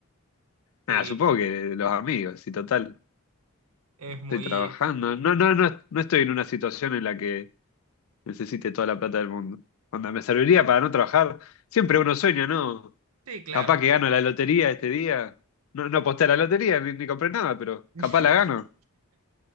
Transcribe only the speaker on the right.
sí,
es muy...
Sí, claro.
<laughs>